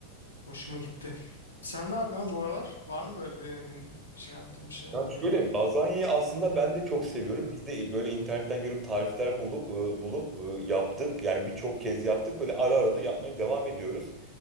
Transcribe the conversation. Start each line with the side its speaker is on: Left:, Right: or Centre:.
Left: Hoşuma gitti. Sen ne yapıyorsun bu aralar? Var mı böyle denediğin şey yaptığın şeyler,
Right: Ya
Left: yemekler?
Right: şöyle lazanyayı aslında ben de çok seviyorum. Biz de böyle internetten görüp tarifler bulup bulup e, yaptık. Yani birçok kez yaptık. Böyle ara ara da yapmayı devam ediyoruz.